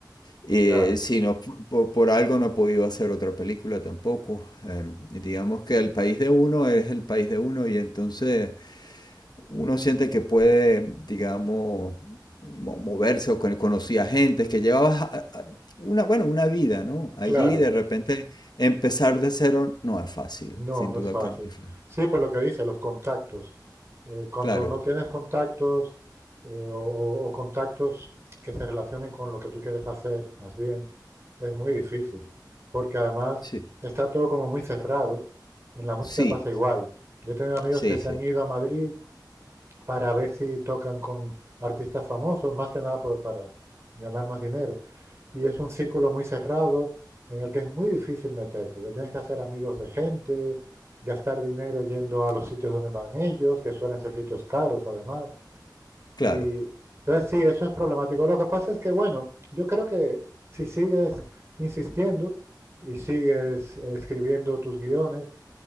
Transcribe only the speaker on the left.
Y eh,
si no, fu- po- por, algo no he podido hacer otra película tampoco. Em, y digamos que el país de uno es el país de uno y entonces uno siente que puede, digamos, mo- moverse o con- conocía gente que llevabas a- a- una, bueno, una vida, ¿no? Allí
de repente empezar de cero no es fácil,
sin
duda
que no. es fácil.
Claro,
sí,
sí,
sí,
sí,
claro.